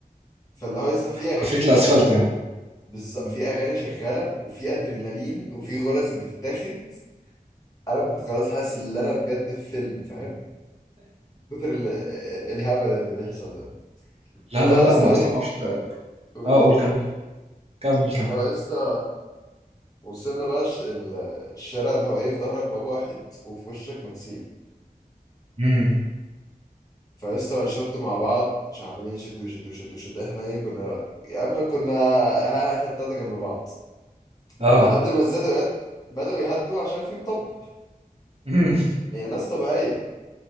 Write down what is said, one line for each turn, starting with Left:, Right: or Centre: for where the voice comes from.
Left: فاللي هو لسه في اغاني
Right: عفريت
Left: شغالة
Right: الأسفلت يعني.
Left: بالظبط
Right: إمم.
Left: في اغاني شغالة وفي ادرينالين وفي غرز بتتاخد انا كنت خلاص حاسس ان انا بجد في فيلم فاهم كتر ال- الهبل اللي بيحصل ده فاللي
Right: لا، لا،
Left: هو
Right: لأ،
Left: لسه
Right: أنا
Left: ايه
Right: أصلًا ما أعرفش أنت
Left: قول
Right: آه قُل كمّل، كمّل،
Left: فاللي
Right: كمّل.
Left: هو لسه وصلنا بقى ش- ال- الشارع اللي هو ايه في ظهرك بابا واحد وفي وشك مكسيم
Right: إمم.
Left: فلسه شدوا مع بعض مش عمالين يشدوا يشدوا يشدوا يشدوا احنا ايه كنا يا اما كنا ها احنا التلاته جنب بعض
Right: آه.
Left: لحد ما ازدادوا يد- بدأوا يهدوا عشان في مطب
Right: <laughs> إمم.
Left: يعني ناس طبيعية